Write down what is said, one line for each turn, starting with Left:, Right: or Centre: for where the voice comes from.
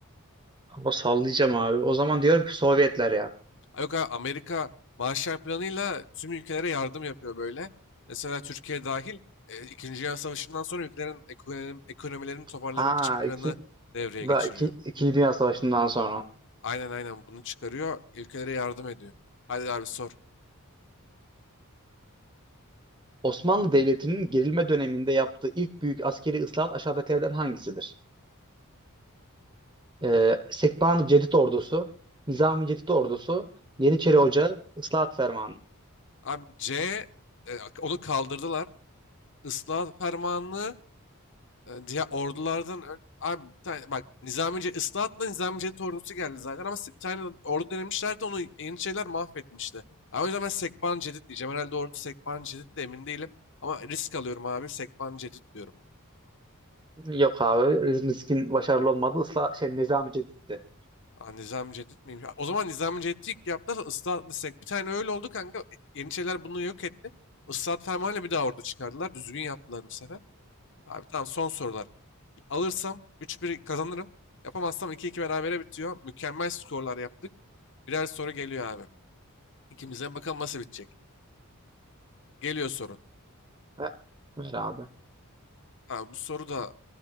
Right: ama sallayacağım abi. O zaman diyorum ki Sovyetler ya.
Left: Ay Yok abi, Amerika Marshall Planı'yla tüm ülkelere yardım yapıyor böyle. Mesela Türkiye dahil e, İkinci Dünya Savaşı'ndan sonra ülkelerin ekonomi- ekonomilerini toparlamak
Right: Ha
Left: için planı
Right: iki,
Left: devreye
Right: da
Left: geçiriyor.
Right: iki, İkinci Dünya Savaşı'ndan sonra.
Left: Aynen aynen bunu çıkarıyor. Ülkelere yardım ediyor. Hadi abi sor.
Right: Osmanlı Devleti'nin gerilme döneminde yaptığı ilk büyük askeri ıslahat aşağıdakilerden hangisidir? Ee, Sekban Cedid Ordusu, Nizami Cedid Ordusu, Yeniçeri Ocağı, Islahat Fermanı.
Left: Abi C e, onu kaldırdılar. Islahat fermanını e, diğer ordulardan ön- abi bir tane, bak Nizamiye ıslahatla Nizami Cevdet ordusu geldi zaten ama si, bir tane ordu denemişlerdi onu Yeniçeriler mahvetmişti. Abi o yüzden ben Sekban Cedid diyeceğim. Herhalde ordu Sekban Cedid de emin değilim. Ama risk alıyorum abi Sekban Cedid diyorum.
Right: Yok abi. Riskin başarılı olmadı. Isla şey Nizami Cedid'di.
Left: Aa, Nizami Cedid miymiş? Ha, O zaman Nizami Cedid'i ilk yaptılar ıslahatla Sek. Bir tane öyle oldu kanka. Yeniçeriler bunu yok etti. Islahat fermanıyla bir daha ordu çıkardılar. Düzgün yaptılar bu sefer. Abi tamam son sorular. Alırsam üç bir kazanırım. Yapamazsam iki iki berabere bitiyor. Mükemmel skorlar yaptık. Birer soru geliyor abi. İkimizden bakalım nasıl bitecek. Geliyor sorun.
Right: Ver, ver abi.
Left: Ha, bu soru da